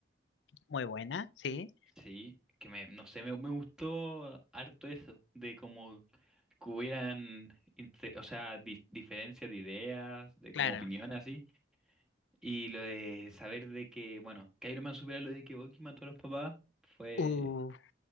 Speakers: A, on the left; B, in the centre.
A: Muy buena, sí,
B: Sí, que me, no sé, me, me gustó harto eso, de como que hubieran, inte- o sea, di- diferencias de ideas, de
A: claro.
B: como opiniones así, y lo de saber de que, bueno, que Iron Man supiera lo de que Bucky mató a los papás, fue,
A: Uh,